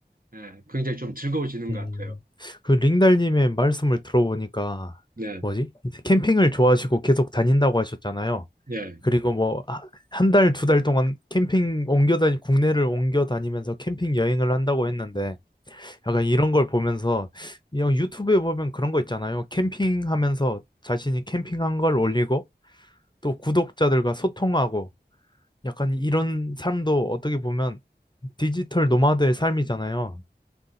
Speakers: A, on the right; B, on the left.
A: 예, 굉장히 좀 즐거워지는
B: 음,
A: 것 같아요.
B: 그 링달님의 말씀을 들어보니까
A: 네,
B: 뭐지? 캠핑을 좋아하시고 계속 다닌다고 하셨잖아요.
A: 예.
B: 그리고 뭐 한 달, 두 달 동안 캠핑 옮겨 다니, 국내를 옮겨 다니면서 캠핑 여행을 한다고 했는데 약간 이런 걸 보면서 이런 유튜브에 보면 그런 거 있잖아요. 캠핑하면서 자신이 캠핑한 걸 올리고 또 구독자들과 소통하고 약간 이런 삶도 어떻게 보면 디지털 노마드의 삶이잖아요.